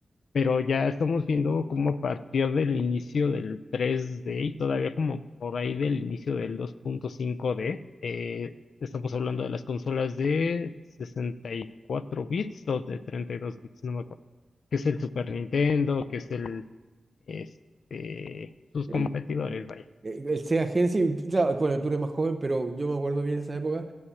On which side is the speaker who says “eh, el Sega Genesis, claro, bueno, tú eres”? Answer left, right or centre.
Right